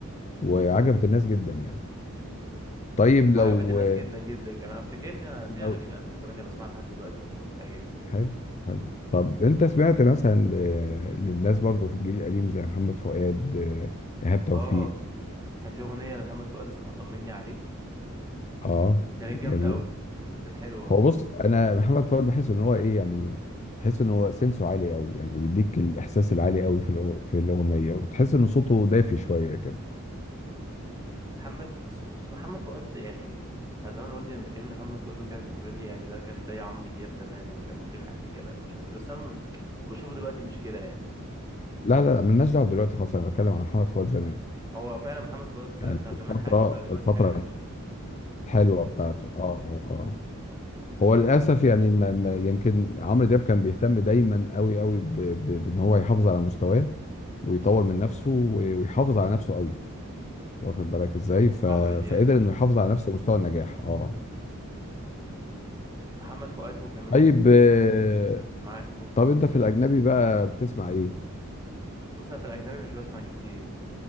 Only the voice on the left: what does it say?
وعجبت الناس جدا يعني طيب
لو
لو
حلو حلو طب انت سمعت مثلا ل- للناس برضو في الجيل القديم زي محمد فؤاد آه، ايهاب توفيق
اه
جميل
هو بص انا محمد فؤاد بحس ان هو ايه يعني تحس ان هو سنسه عالي قوي يعني بيديك الاحساس العالي قوي في الأغ- في الاغنيه وتحس ان صوته دافي شويه كده
لا لا مالناش دعوه دلوقتي خالص انا بتكلم عن محمد فؤاد زمان
يعني
في
الفتره
الفتره
الحلوه بتاعته اه اه اه هو للاسف يعني ما ما يمكن عمرو دياب كان بيهتم دايما قوي قوي ب- ب- بان هو يحافظ على مستواه ويطور من نفسه و- ويحافظ على نفسه قوي واخد بالك ازاي ف...
فقدر
انه يحافظ على نفس مستوى النجاح اه
طيب آه،
طب انت في الاجنبي بقى بتسمع ايه